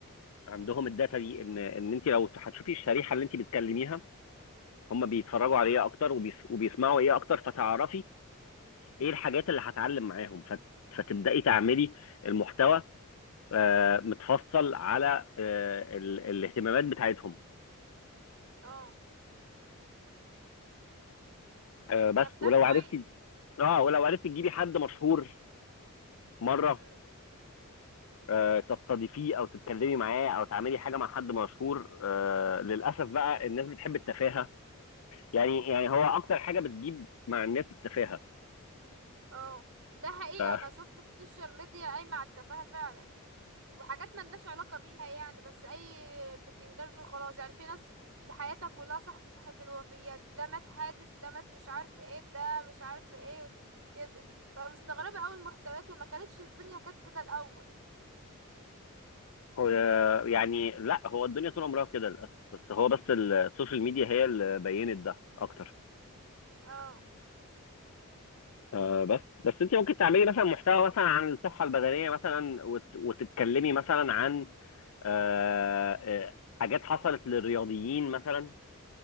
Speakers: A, on the left (about 70°); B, on the right (about 70°).
A: عندهم الداتا دي ان ان انت لو هتشوفي الشريحه اللي انت بتكلميها هم بيتفرجوا على ايه
B: اه
A: اكتر وبيس- وبيسمعوا ايه اكتر فتعرفي ايه الحاجات اللي هتعلم معاهم فت- فتبداي تعملي المحتوى آه، متفصل على آه، ال- الاهتمامات بتاعتهم
B: اه
A: آه، بس
B: طب ده
A: ولو
B: كويس
A: عرفتي اه ولو عرفتي تجيبي حد مشهور مره
B: مم.
A: آه، تستضيفيه او تتكلمي معاه او تعملي حاجه مع حد مشهور آه، للاسف بقى الناس بتحب التفاهه يعني يعني هو اكتر حاجه بتجيب مع الناس التفاهه
B: اه ده حقيقة
A: ف
B: انا شفت السوشيال ميديا قايمة على التفاهة فعلا وحاجات ملناش علاقة بيها يعني بس اي بتنجان وخلاص يعني في ناس حياتها كلها صفحة الوفيات ده مات حادث ده مات مش عارف ايه ده مش عارف ايه كده فمستغربة اوي المحتويات ما كانتش الدنيا كانت كده الاول
A: آه، آه، يعني لا هو الدنيا طول عمرها كده للاسف بس هو بس السوشيال ميديا هي اللي بينت ده اكتر
B: اه
A: آه بس بس انت ممكن تعملي مثلا محتوى مثلا عن الصحه البدنيه مثلا وت... وتتكلمي مثلا عن آه آه حاجات حصلت للرياضيين مثلا